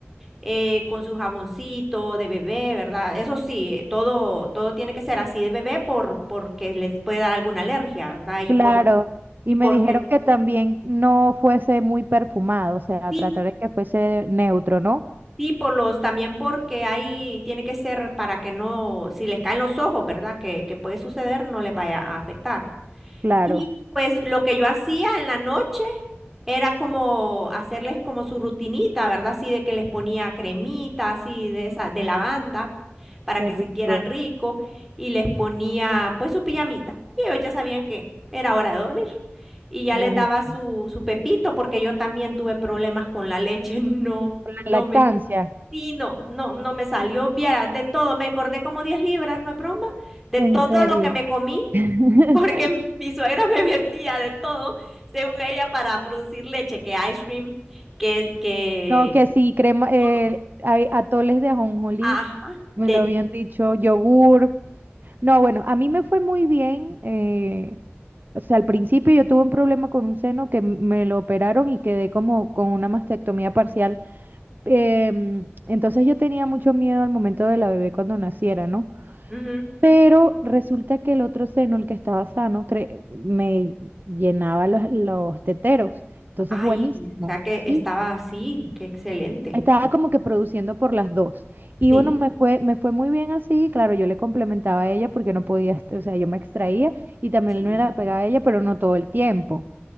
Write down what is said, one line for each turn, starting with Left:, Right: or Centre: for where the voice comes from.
Centre: eh, con su jaboncito de bebé, ¿verdad? Eso sí, todo, todo tiene que ser así de bebé por, porque les puede dar alguna alergia, ¿verdad? Y
Right: Claro.
Centre: por lo- y
Right: Y
Centre: porque,
Right: me dijeron que también no fuese muy perfumado, o sea,
Centre: sí,
Right: tratar de que fuese neutro, ¿no?
Centre: sí, por los, también porque ahí tiene que ser para que no, si les caen los ojos, ¿verdad? Que, que puede suceder, no les vaya a afectar.
Right: Claro.
Centre: Y pues lo que yo hacía en la noche era como hacerles como su rutinita, ¿verdad? Así de que les ponía cremita, así de esa,
Right: Ujú.
Centre: de lavanda, para
Right: Qué
Centre: que
Right: rico.
Centre: sintieran rico, y les ponía pues su pijamita. Y ellos ya sabían que era hora de dormir. Y ya
Right: Buenísimo.
Centre: les daba su, su pepito, porque yo también tuve problemas con la leche. <laughs> No,
Right: La
Centre: no
Right: lactancia,
Centre: me. Sí, no, no, no me salió, vieras, de todo, me engordé como 10 libras, no es broma, de
Right: en
Centre: todo
Right: serio.
Centre: lo que me comí,
Right: <laughs>
Centre: <laughs> porque m- mi suegra me metía de todo, según ella, para producir leche, que ice cream, que, que
Right: No, que sí, crema, eh,
Centre: todo,
Right: hay atoles de ajonjolí,
Centre: ajá,
Right: me
Centre: de,
Right: lo habían dicho, yogur. No, bueno, a mí me fue muy bien. eh, o sea, al principio yo tuve un problema con un seno que m- me lo operaron y quedé como con una mastectomía parcial. em, entonces yo tenía mucho miedo al momento de la bebé cuando naciera, ¿no?
Centre: ujú.
Right: Pero resulta que el otro seno, el que estaba sano, cre- me llenaba los, los teteros. Entonces,
Centre: Ay,
Right: buenísimo,
Centre: güey, o sea que estaba
Right: ¿sí?
Centre: así, qué excelente,
Right: Estaba como que produciendo por las dos. Y
Centre: sí,
Right: bueno, me fue, me fue muy bien así. Claro, yo le complementaba a ella porque no podía, est- o sea, yo me extraía y también
Centre: sí,
Right: me la pegaba a ella, pero no todo el tiempo.